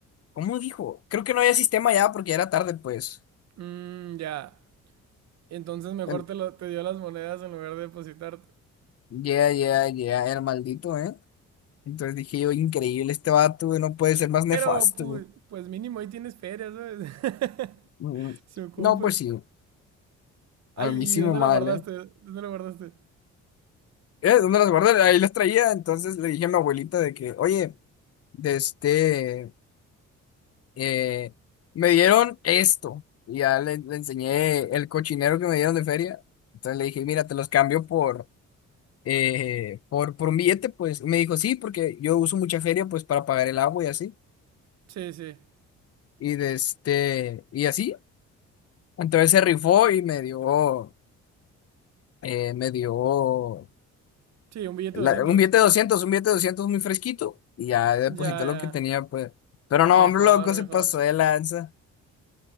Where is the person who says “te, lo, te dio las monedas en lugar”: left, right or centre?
Right